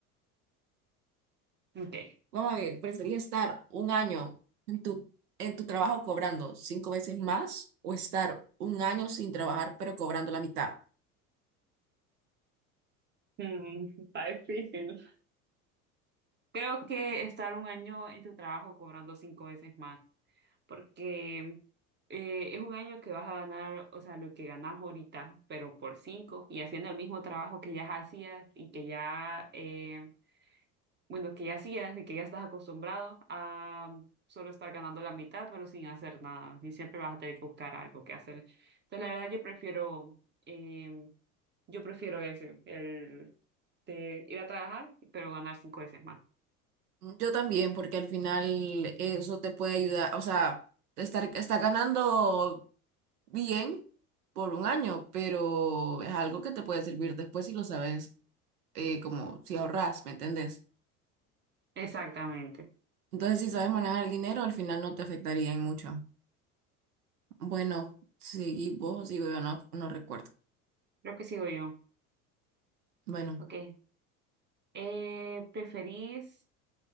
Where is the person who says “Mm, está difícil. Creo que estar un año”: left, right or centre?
Right